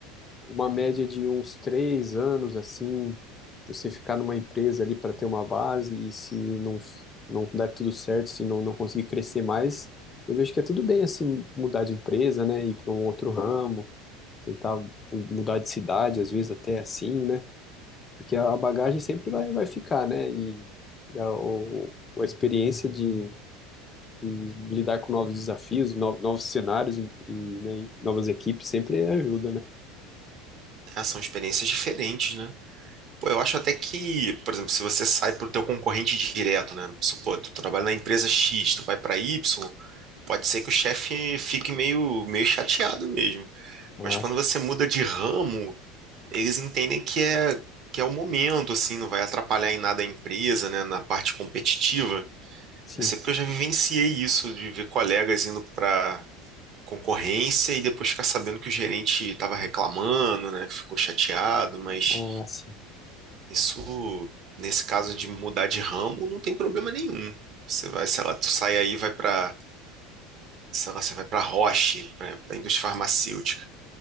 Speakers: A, on the left (about 30°); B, on the right (about 50°).
A: uma média de uns três anos, assim, você ficar numa empresa ali para ter uma base e se não, não der tudo certo, se não, não conseguir crescer mais, eu vejo que é tudo bem, assim, mudar de empresa, né, ir para um outro ramo. tentar mudar de cidade, às vezes até assim, né? Porque a bagagem sempre vai, vai ficar, né? E, a, o, a experiência de, de lidar com novos desafios, no- novos cenários e, e, né, e novas equipes sempre ajuda, né?
B: Ah, são experiências diferentes, né? Pô, eu acho até que, por exemplo, se você sai pro teu concorrente direto, né? Supor, tu trabalha na empresa X, tu vai para Y, pode ser que o chefe fique meio, meio chateado mesmo.
A: Ah,
B: Mas quando
A: sim.
B: você muda de ramo, eles entendem que é, que é o momento, assim, não vai atrapalhar em nada a empresa, né? Na parte competitiva.
A: Sim.
B: Eu sei porque eu já vivenciei isso, de ver colegas indo para concorrência e depois ficar sabendo que o gerente estava reclamando, né? Que ficou chateado, mas
A: Ah, sim.
B: Isso, nesse caso de mudar de ramo, não tem problema nenhum. Você vai, sei lá, tu sai aí, e vai para, sei lá, você vai para Roche, para a indústria farmacêutica.